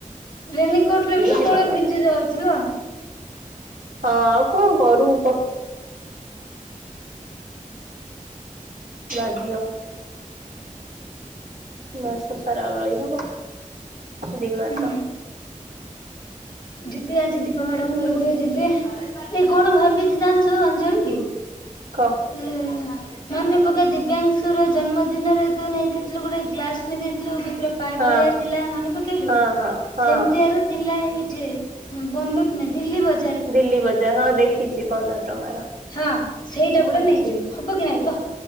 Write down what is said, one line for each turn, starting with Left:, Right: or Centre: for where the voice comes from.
Left: ରେନିକୋଟ ରେ ବି
Right: ଯିବା
Left: ତୋଳେ
Right: କଥା।
Left: ଭିଜି ଯାଉଥିଲା।
Right: ହଁ ଆଉ କଣ କରୁବୁ କ। ବାଧ୍ୟ। ମାସ ସାରା ଆଉ ରହିହବ ଦି
Left: ହୁଁ।
Right: ମାସ।
Left: ଯିବି ଆଜି ଦୀପା ମ୍ୟାଡାମ୍ ଘରକୁୁ ଟିକେ ଯିବି। ଏ କଣ ଭାବିଛି ଜାଣିଛୁ ଅଞ୍ଜଳି।
Right: କହ।
Left: ହୁଁ ଊ ଊ ମନେ ପକା ଦିବ୍ୟାଂଶୁର ଜନ୍ମଦିନରେ ତୁ ନେଇ ଯାଇଥିଲୁ ଗୋଟେ ଗ୍ଲାସ ନେଇ ଦେଇଥିଲୁ ଭିତରେ ପାଇପ୍
Right: ହଁ।
Left: ଭଳିଆ ଥିଲା ମନେ ପକେଇଲୁ
Right: ହଁ ହଁ ହଁ
Left: ସେମିତିଆର
Right: ହଁ
Left: ଥିଲା ଏଇଠି ବମ୍ବେ ବ ନାଇ ଦିଲ୍ଲୀ ବ
Right: ଦିଲ୍ଲୀ ବଜାର ହଁ ଦେଖିଛି ପନ୍ଦର ଟଙ୍କାର
Left: ହଁ ସେଇଟା ଗୋଟେ
Right: ଅଛି।
Left: ନେଇଦେବି ହବ କି ନାଇଁ କ?